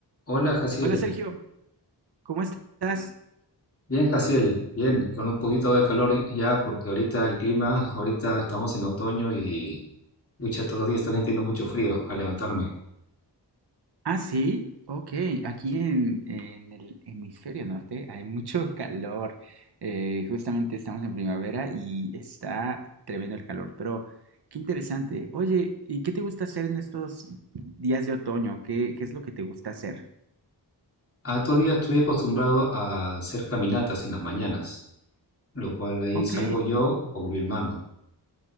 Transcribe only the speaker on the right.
Hola Sergio, ¿cómo estás?
Ah, sí, ok. Aquí en, en el hemisferio norte hay mucho <laughs> calor. Eh, justamente estamos en primavera y está tremendo el calor, pero qué interesante. Oye, ¿y qué te gusta hacer en estos días de otoño? ¿Qué, qué es lo que te gusta hacer?
Ok.